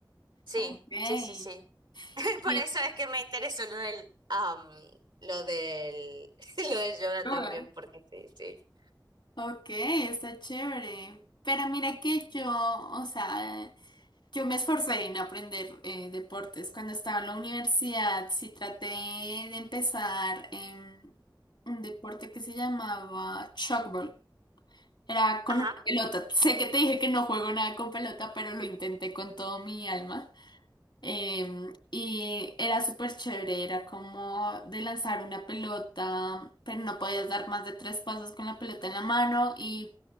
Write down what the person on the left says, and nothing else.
Ok.
Y
yoga.
Ok, está chévere. Pero mira que yo, o sea, yo me esforcé en aprender eh, deportes. Cuando estaba en la universidad, sí traté de empezar em, un deporte que se llamaba shockball. Era con
una pelota. Sé que te dije que no juego nada con pelota, pero lo intenté con todo mi alma. Em, y era súper chévere, era como de lanzar una pelota, pero no podías dar más de tres pasos con la pelota en la mano y